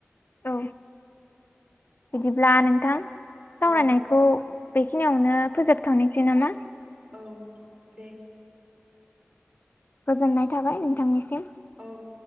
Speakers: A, on the left; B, on the right.
A: औ बिदिब्ला नोंथां
B: औ
A: सावरायनायखौ बेखिनियावनो फोजोबथ'निसै नामा?
B: औ दे
A: गोजोननाय थाबाय नोंथांनिसिम।
B: औ